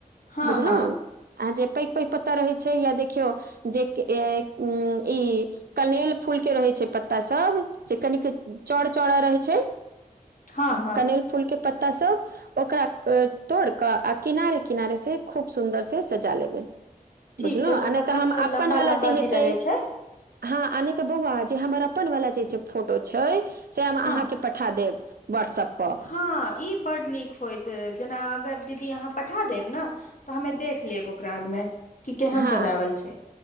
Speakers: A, on the left; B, on the right.
A: हँ
B: बुझलौं
A: हँ
B: आ जे पैघ पैघ पत्ता रहैत छै या देखियौ जे उ ई <unintelligible> कनेल फूलके रहैत छै पत्तासभ जे कनिक चौड़ा चौड़ा रहैत छै
A: हँ हँ
B: कनैल फूल के पत्ता सब ओकरा तोड़ क आ किनारे किनारे से खूब सुन्दर से सजा लेबै
A: ठीक
B: बुझलौं
A: छै ओ
B: आ नइ
A: पत्ता
B: तऽ हम
A: पर लम्बा
B: अप्पन वाला
A: लम्बा
B: जे हेतै
A: भी रहै छै
B: हँ आ नइ तऽ बौआ जे हमर अप वाला जे फोटो छै से हम अहाँके
A: हँ
B: पठा देब व्हाट्सप पर
A: हँ ई बड्ड नीक होइतै जेना अगर दीदी अहाँ पठा देब न तऽ हमे देख लेब ओकरा आरमे कि केहन
B: हँ
A: सजावल छै